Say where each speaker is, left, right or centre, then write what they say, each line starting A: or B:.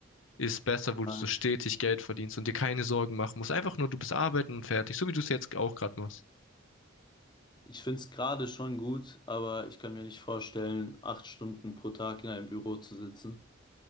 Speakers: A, on the left; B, on the left.
A: ist besser, wo du
B: Ähm,
A: so stetig Geld verdienst und dir keine Sorgen machen musst. Einfach nur, du bist arbeiten und fertig, so wie du es jetzt auch gerade machst.
B: Ich finde es gerade schon gut, aber ich kann mir nicht vorstellen, acht Stunden pro Tag in einem Büro zu sitzen.